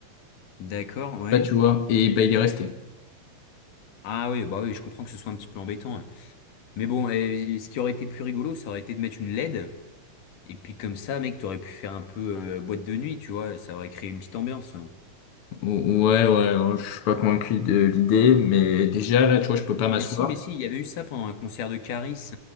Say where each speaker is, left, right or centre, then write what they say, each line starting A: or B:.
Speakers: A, on the left; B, on the left.
A: D'accord, ouais.
B: Là, tu vois, et bah, il est resté.
A: Ah oui, bah oui, je comprends que ce soit un petit peu embêtant. hein. Mais bon, eh, ce qui aurait été plus rigolo, ça aurait été de mettre une LED. Et puis comme ça, mec, t'aurais pu faire un peu euh, boîte de nuit, tu vois. Ça aurait créé une petite ambiance. hein.
B: Ou- Ouais, ouais, ouais, je suis pas convaincu de l'idée, mais déjà là, tu vois, je peux pas m'asseoir.
A: Mais si, mais si, il y avait eu ça pendant un concert de Caris,